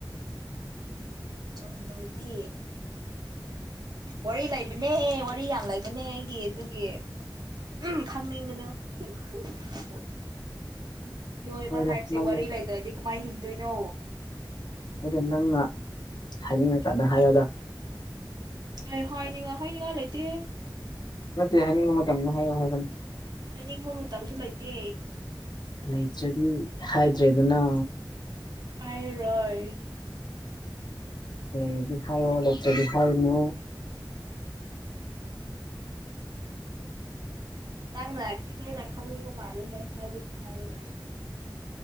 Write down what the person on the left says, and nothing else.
<inaudible>
ꯍꯣꯏꯗ
ꯅꯪ
ꯍꯣꯏꯗ ꯅꯪꯅ ꯍꯥꯏꯅꯤꯡꯉꯥ ꯀꯥꯟꯗ ꯍꯥꯏꯌꯣꯗ
ꯅꯠꯇꯦ ꯍꯥꯏꯅꯤꯡꯕ ꯃꯇꯝꯗ ꯍꯥꯏꯌꯨ ꯍꯥꯏꯕꯅꯤ
ꯂꯩꯇ꯭ꯔꯗꯤ ꯍꯥꯏꯗ꯭ꯔꯦꯗꯅ
ꯂꯩꯔꯗꯤ ꯍꯥꯏꯌꯣ ꯂꯩꯇ꯭ꯔꯗꯤ ꯍꯥꯏ <unintelligible> ꯅꯣ